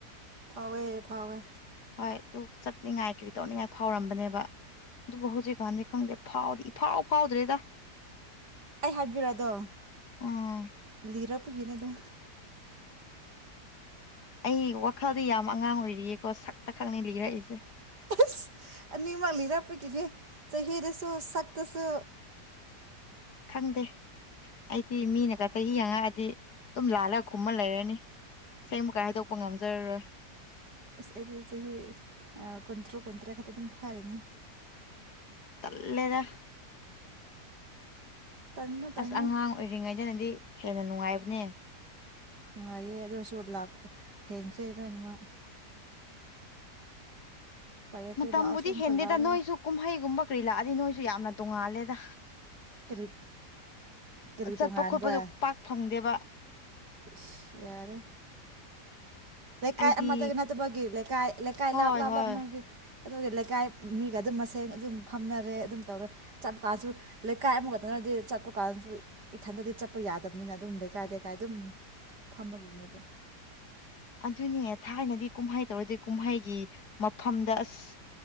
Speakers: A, on the right; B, on the left.
A: ꯐꯥꯎꯋꯦ ꯐꯥꯎꯋꯦ
B: ꯍꯣꯏ ꯑꯗꯨ ꯆꯠꯅꯤꯡꯉꯥꯏ ꯀꯔꯤ ꯇꯧꯅꯤꯡꯉꯥꯏ ꯐꯥꯎꯔꯝꯕꯅꯦꯕ ꯑꯗꯨꯕꯨ ꯍꯧꯖꯤꯛ ꯀꯥꯟꯗꯤ ꯈꯪꯗꯦ ꯐꯥꯎꯗꯤ ꯏꯐꯥꯎ ꯐꯥꯎꯗ꯭ꯔꯦꯗ
A: ꯑꯩ ꯍꯥꯏꯕꯤꯔꯣꯗꯣ
B: ꯎꯝ
A: ꯂꯤꯔꯛꯄꯒꯤꯅꯦ ꯑꯗꯣ
B: ꯑꯩ ꯋꯥꯈꯜꯗꯤ ꯌꯥꯝ ꯑꯉꯥꯡ ꯑꯣꯏꯔꯤꯌꯦꯀꯣ ꯁꯛꯇ ꯈꯛꯅ ꯂꯤꯈꯔꯛꯏꯁꯦ
A: ꯑꯁ ꯑꯅꯤꯃꯛ ꯂꯤꯔꯛꯄꯒꯤꯅꯦ ꯆꯍꯤꯗꯁꯨ ꯁꯛꯇꯁꯨ
B: ꯈꯪꯗꯦ ꯑꯩꯗꯤ ꯃꯤꯅꯒ ꯆꯍꯤ ꯍꯥꯉꯛꯑꯥꯗꯤ ꯑꯗꯨꯝ ꯂꯥꯜꯂꯒ ꯈꯨꯝꯃꯥ ꯂꯩꯔꯅꯤ ꯑꯁꯦꯡꯕꯀꯥꯏ ꯍꯥꯏꯗꯣꯛꯄ ꯉꯝꯖꯔꯔꯣꯏ
A: ꯑꯁ ꯑꯩꯗꯤ ꯆꯍꯤ ꯀꯨꯟꯇꯔꯨꯛ ꯀꯨꯟꯇ꯭ꯔꯦꯠ ꯈꯛꯇ ꯑꯗꯨꯝ ꯍꯥꯏꯔꯤꯅꯦ
B: ꯇꯜꯂꯦꯗ
A: ꯇꯟꯒꯅꯨ ꯇꯟꯒꯅꯨ
B: ꯑꯁ ꯑꯉꯥꯡ ꯑꯣꯏꯔꯤꯉꯩꯗꯅꯗꯤ ꯍꯦꯟꯅ ꯅꯨꯡꯉꯥꯏꯕꯅꯦ
A: ꯅꯨꯡꯉꯥꯏꯌꯦ ꯑꯗꯨ ꯑꯣꯏꯁꯨ ꯂꯥꯛꯄ ꯍꯦꯟꯈ꯭ꯔꯦ ꯂꯣꯏꯅꯃꯛ ꯎꯄꯥꯏ ꯂꯩꯇꯦ
B: ꯃꯇꯝꯕꯨꯗꯤ
A: ꯂꯥꯛꯑꯁꯨ ꯑꯃꯨꯛꯀ
B: ꯍꯦꯟꯗꯦꯗ
A: ꯂꯥꯛꯑꯔꯣꯏ
B: ꯅꯣꯏꯁꯨ ꯀꯨꯝꯍꯩꯒꯨꯝꯕ ꯀꯔꯤ ꯂꯛꯑꯗꯤ ꯅꯣꯏꯁꯨ ꯌꯥꯝꯅ ꯇꯣꯡꯉꯥꯜꯂꯦꯗ
A: ꯀꯔꯤ ꯀꯔꯤ
B: ꯆꯠꯄ
A: ꯇꯣꯉꯥꯟꯕ
B: ꯈꯣꯠꯄꯗꯣ ꯄꯥꯛ ꯐꯪꯗꯦꯕ
A: ꯏꯁ ꯌꯥꯔꯦ ꯂꯩꯀꯥꯏ
B: ꯑꯩꯗꯤ
A: ꯑꯃꯗ ꯅꯠꯇꯕꯒꯤ ꯂꯩꯀꯥꯏ ꯂꯩꯀꯥꯏ
B: ꯍꯣꯏ
A: ꯂꯥꯞ ꯂꯥꯞ
B: ꯍꯣꯏ
A: ꯂꯥꯞꯅꯥꯕꯒꯤ ꯑꯗꯨꯒꯤ ꯂꯩꯀꯥꯏ ꯃꯤꯒ ꯑꯗꯨꯝ ꯃꯁꯦꯟ ꯑꯗꯨꯝ ꯐꯝꯅꯔꯦ ꯑꯗꯨꯝ ꯇꯧꯔꯦ ꯆꯠꯄ ꯀꯥꯟꯗꯁꯨ ꯂꯩꯀꯥꯏ ꯑꯃꯈꯛꯇꯅꯗꯤ ꯆꯠꯄ ꯀꯥꯟꯁꯨ ꯏꯊꯟꯗꯗꯤ ꯆꯠꯄ ꯌꯥꯗꯕꯅꯤꯅ ꯑꯗꯨꯝ ꯂꯩꯀꯥꯏ ꯂꯩꯀꯥꯏ ꯑꯗꯨꯝ ꯐꯝꯃꯒꯤꯅꯦ ꯑꯗꯨꯝ
B: ꯑꯗꯨꯅꯦ ꯊꯥꯏꯅꯗꯤ ꯀꯨꯝꯍꯩ ꯇꯧꯔꯗꯤ ꯀꯨꯝꯍꯩꯒꯤ ꯃꯐꯝꯗ ꯑꯁ